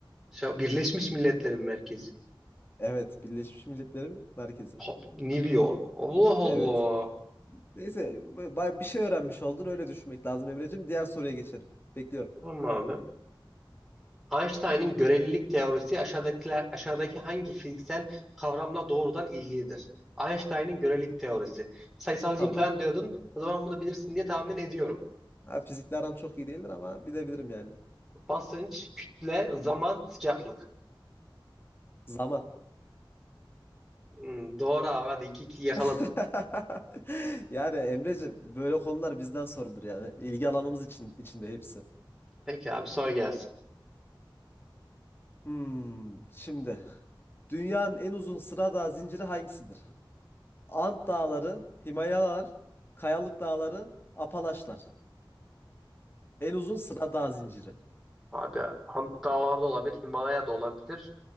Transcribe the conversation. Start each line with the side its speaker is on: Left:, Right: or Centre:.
Centre: Şu Birleşmiş Milletler'in merkezi.
Left: Evet, Birleşmiş Milletler'in merkezi.
Centre: Ha, New York. Allah
Left: Evet.
Centre: Allah.
Left: Neyse, bay bir şey öğrenmiş oldun. Öyle düşünmek lazım Emre'cim. Diğer soruya geçelim. Bekliyorum.
Centre: Tamam abi. Einstein'ın görelilik teorisi aşağıdakiler, aşağıdaki hangi fiziksel kavramla doğrudan ilgilidir? Einstein'ın görelilik teorisi. Sayısalcıyım
Left: Tamam.
Centre: falan diyordun. O zaman bunu bilirsin diye tahmin ediyorum.
Left: Ha, fizikle aram çok iyi değildir ama bilebilirim yani.
Centre: Basınç, kütle, zaman, sıcaklık.
Left: Zaman.
Centre: Hmm, doğru abi hadi iki iki yakaladın.
Left: <laughs> Yani Emreciğim böyle konular bizden sorulur yani. İlgi alanımız için içinde hepsi.
Centre: Peki abi sor gelsin.
Left: Hmm, şimdi dünyanın en uzun sıra dağ zinciri hangisidir? Ant Dağları, Himalayalar, Kayalık Dağları, Apalaşlar. En uzun sıra dağ zinciri.
Centre: Abi Ant Dağları da olabilir, Himalaya da olabilir.